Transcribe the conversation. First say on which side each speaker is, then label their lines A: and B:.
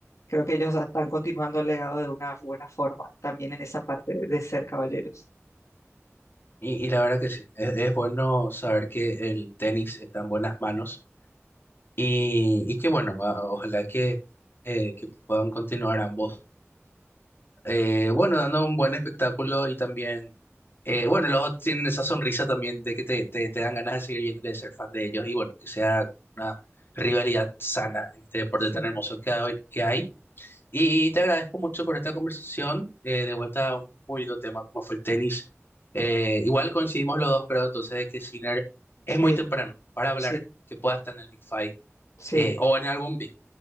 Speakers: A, on the left; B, on the left.
A: creo que ellos están continuando el legado de una buena forma, también en esa parte de, de ser caballeros.
B: Y, y la verdad que sí, es, es bueno saber que el tenis está en buenas manos y, y que bueno, a- ojalá que, eh, que puedan continuar ambos eh, bueno, dando un buen espectáculo y también, eh, bueno, los dos tienen esa sonrisa también de que te, te, te dan ganas de seguir viéndole, de ser fan de ellos y bueno, que sea una rivalidad sana en este deporte
A: Sí,
B: tan hermoso que hay. que hay. Y te agradezco mucho por esta conversación, eh, de vuelta a un muy lindo tema como fue el tenis. Eh, igual coincidimos los dos, creo, entonces de que Sinner es muy
A: sí,
B: temprano para hablar
A: sí,
B: que pueda estar en el Big Five
A: sí,
B: eh, o en algún Big.